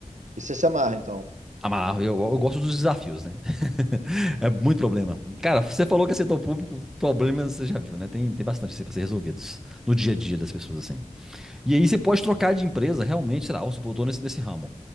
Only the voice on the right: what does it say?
E você se amarra, então?